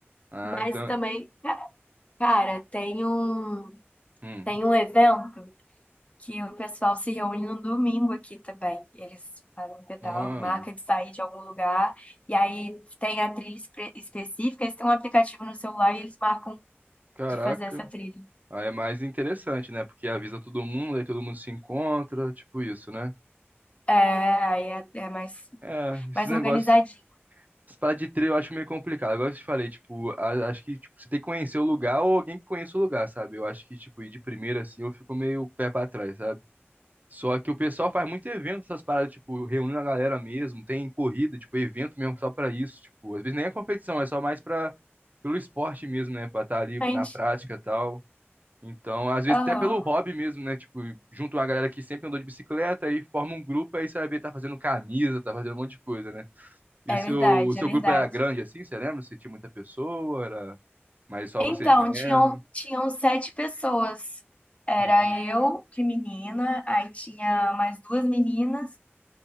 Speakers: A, on the right (about 40°); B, on the left (about 30°).
A: Ah,
B: Mas
A: então...
B: também, ca- cara, tem um.
A: Hum.
B: Tem um evento que o pessoal se reúne no domingo aqui também. Eles fazem pedal,
A: Ah,
B: marca de sair de algum lugar, e aí tem a trilha espe- específica, eles têm um aplicativo no celular e eles marcam
A: caraca.
B: de fazer essa trilha.
A: Aí é mais interessante, né? Porque avisa todo mundo, aí todo mundo se encontra, tipo isso, né?
B: É, aí é, é mais,
A: É, esses
B: mais
A: negócios...
B: organizadinho,
A: Essa parada de trilha eu acho meio complicado. Agora que eu te falei, tipo, a- acho que tipo, você tem que conhecer o lugar ou alguém que conheça o lugar, sabe? Eu acho que, tipo, ir de primeira assim, eu fico meio pé pra trás, sabe? Só que o pessoal faz muito evento, essas paradas, tipo, reunindo a galera mesmo, tem corrida, tipo, evento mesmo só pra isso, tipo, às vezes nem é competição, é só mais pra, pelo esporte mesmo, né? Pra estar ali
B: gente.
A: na prática e tal. Então, às vezes
B: Aham,
A: até pelo hobby mesmo, né? Tipo, junto uma galera que sempre andou de bicicleta e forma um grupo, aí você vai ver, tá fazendo camisa, tá fazendo um monte de coisa, né? E
B: É
A: o seu,
B: verdade,
A: o seu
B: é verdade.
A: grupo era grande assim, você lembra? você tinha muita pessoa, era mais só
B: Então,
A: vocês mesmo?
B: tinham, tinham sete pessoas. Era
A: Hum,
B: eu, de menina, aí tinha mais duas meninas